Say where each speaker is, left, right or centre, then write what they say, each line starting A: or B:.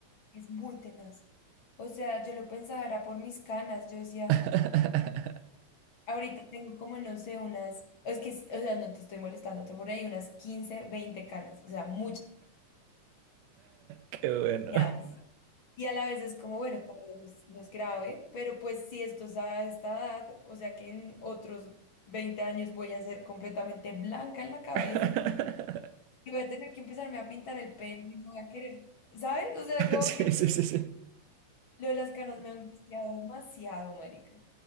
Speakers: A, on the left (about 45°); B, on the right (about 85°).
A: es muy tenaz. O sea, yo lo pensaba, era por mis canas, yo decía,
B: <laughs>
A: ahorita tengo como, no sé, unas, es que, o sea, no te estoy molestando, tengo por ahí unas 15 20 canas, o sea, muchas.
B: Qué bueno.
A: canas. Y a la vez es como, bueno, tal vez no es, no es grave, pero pues si esto es a esta edad, o sea que en otros 20 años voy a ser completamente blanca en la cabeza.
B: <laughs>
A: Y voy a tener que empezarme a pintar el pelo y no voy a querer, ¿sabes? O sea, como
B: Sí,
A: que
B: sí, sí, sí.
A: lo de las canas me ha angustiado demasiado, marica.